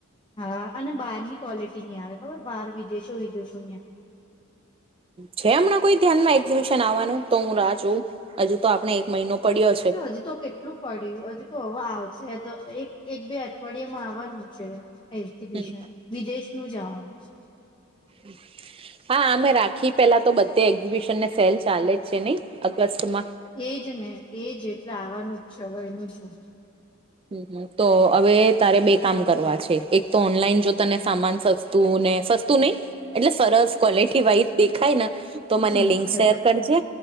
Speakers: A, on the left; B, on the right.
A: હા અને બહાર ની ક્વોલિટી ની આવે ખબર બહાર વિદેશો વિદેશો ની આવે
B: છે હમણાં કોઈ ધ્યાન માં એક્ઝિબિશન આવવાનું તો હું રાહ જોઉં હજુ તો આપણે એક મહિનો પડ્યો છે.
A: હજુ તો કેટલી એટલું પડ્યું હજુ તો હવે આવશે એક એક બે અઠવાડિયામાં આવવાનું છે. એક્ઝિબિશન
B: હમ
A: વિદેશનું જ આવાનું છે.
B: <inaudible> હા આમેય રાખી પેલા તો બધે એક્ઝિબિશન ને સેલ ચાલે જ છે નહી અગસ્ટમાં
A: એજ ને એજ એટલે આવાનું જ છે હવે એનું જો
B: હમ તો હવે તારે બે કામ કરવા છે એક તો ઓનલાઈન જો તને સામાન સસ્તું ને સસ્તું નહીં એટલે સરસ ક્વોલિટી વાઈઝ દેખાય ને તો મને
A: હમ
B: લિંક
A: હ
B: શેર કરજે